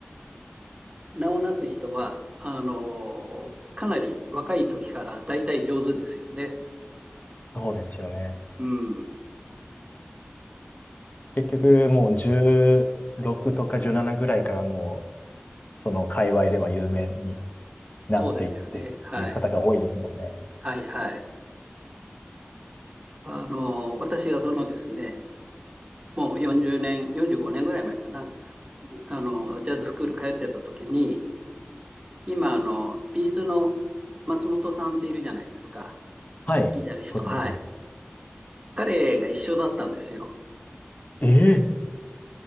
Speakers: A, on the right; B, on the left.
A: 名をなす人は、あの、かなり若い時から大体上手ですよね。
B: そうですよね。
A: うん、
B: 結局もう16とか17ぐらいからもう、その界隈では有名になっていってっていう方が多いですもんね。
A: そうですよね。はい。はい、はい。あの、私がそのですね、もう40年、45年ぐらい前かな、あの、ジャズスクール通ってた時に、今、あの、ビーズの松本さんっているじゃないですか、
B: はい。
A: ギタリスト。
B: ご存知です。
A: はい。彼が一緒だったんですよ。
B: ええ